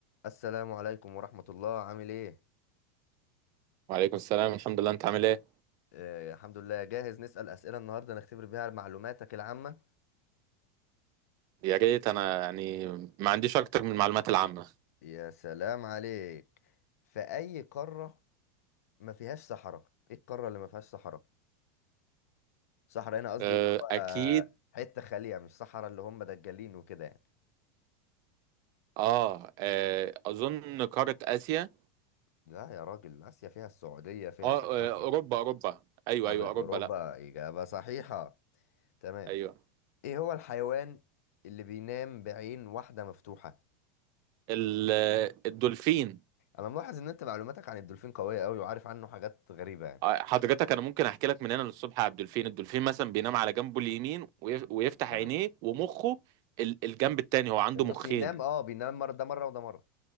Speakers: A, on the left; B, on the right.
A: السلام عليكم ورحمة الله عامل ايه؟
B: وعليكم السلام الحمد لله انت عامل ايه
A: آه الحمد لله جاهز نسأل أسئلة النهاردة نختبر بيها معلوماتك العامة
B: يا ريت انا يعني ما عنديش اكتر من المعلومات العامة
A: يا سلام عليك في أي قارة ما فيهاش صحراء؟ ايه القارة اللي ما فيهاش صحراء؟ صحراء هنا قصدي
B: اه،
A: اللي هو
B: اكيد
A: آه، حتة خالية مش صحراء اللي هم دجالين وكده يعني
B: اه اه، اظن قارة اسيا
A: لا يا راجل آسيا فيها السعودية فيها
B: اه
A: صحراء
B: اه، اوروبا اوروبا ايوه
A: قارة
B: ايوه اوروبا
A: أوروبا
B: لا
A: إجابة صحيحة تمام
B: ايوه
A: ايه هو الحيوان اللي بينام بعين واحدة مفتوحة؟
B: ال- الدولفين
A: انا ملاحظ ان انت معلوماتك عن الدولفين قويه قوي وعارف عنه حاجات غريبه يعني
B: اه، حضرتك انا ممكن احكي لك من هنا للصبح على الدولفين الدولفين مثلا بينام على جنبه اليمين ويف- ويفتح
A: أه.
B: عينيه ومخه ال- الجنب التاني هو عنده
A: النص
B: مخين
A: ينام اه بينام مره ده مره وده مره